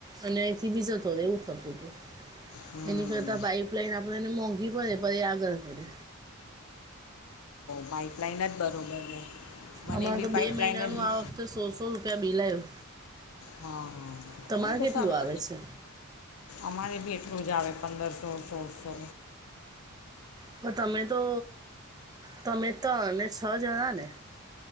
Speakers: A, on the right (about 20°); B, on the left (about 75°).
A: અને અહીથી બી જતો રહે એવું થતું.
B: હમ હમ
A: એની કરતા પાઈપલાઈન આપે એને મોંઘી પડે પ એ આગળ પડે.
B: પાઈપલાઇન જ બરોબર છે. મને
A: અમારે
B: બી
A: તો
B: પાઇપલાઇન
A: બે મહિનાનું
B: જ
A: આ વખતે સોસો રૂપિયા બિલ આવ્યું.
B: હા હા
A: તમારે
B: હા તો
A: કેટલું
B: સારું
A: આવે છે.
B: અમારે બી એટલું જ આવે પંદરસો સોળસો
A: પણ તમે તો તમે તો ત્રણ અને છ જણા ને